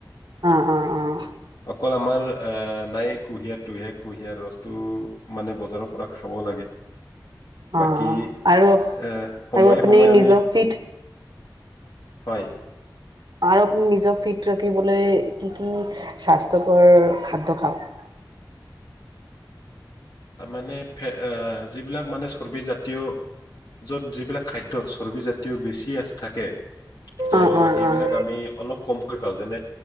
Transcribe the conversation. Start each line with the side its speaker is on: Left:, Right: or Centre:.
Right: অ', অ', অ',
Left: অকল আমাৰ আহ নাই কুঁহিয়াৰ তুহিয় কুঁহিয়াৰ ৰসটো মানে বজাৰৰ পৰা খাব লাগে। বাকী
Right: অ আৰু আৰু
Left: এ সময়ে
Right: আপুনি
Left: সময়ে আমি
Right: নিজৰ ফিট
Left: হয়।
Right: আৰু আপুনি নিজক ফিট ৰাখিবলৈ কি কি স্বাস্থ্যকৰ খাদ্য খাওক?
Left: মানে যিবিলাক মানে চৰ্বিজাতীয় য'ত যিবিলাক খাদ্যয়ত চৰ্বিজাতীয় বেছি আচ থাকে । ত'
Right: অ', অ',
Left: সেইবিলাক
Right: অ',
Left: আমি অলপ কমকৈ খাওঁ যেনে